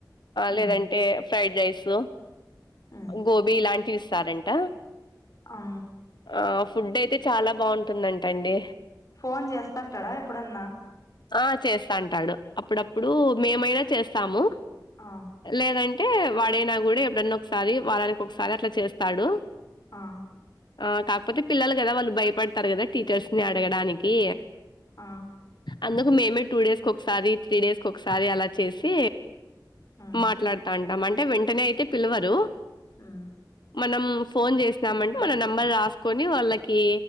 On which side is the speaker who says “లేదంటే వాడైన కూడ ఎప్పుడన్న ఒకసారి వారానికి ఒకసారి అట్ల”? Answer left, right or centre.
Left